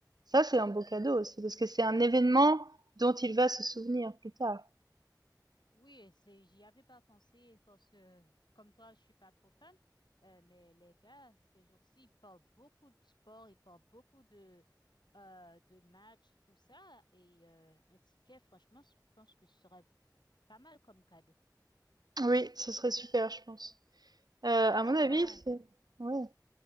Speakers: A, on the right; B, on the left.
A: Ça, c'est un beau cadeau aussi parce que c'est un événement dont il va se souvenir plus tard.
B: Oui, c'est, j'y avais pas pensé parce que, comme toi, je suis pas trop fan, euh, mais les gars, ces jours-ci, ils parlent beaucoup de sport, ils parlent beaucoup de, euh, de matchs, tout ça, et euh, un ticket, franchement, je pense que ce serait pas mal comme cadeau.
A: Oui, ce serait super, je pense. Euh,
B: Mais maintenant,
A: à mon avis,
B: on va,
A: c'est... Ouais.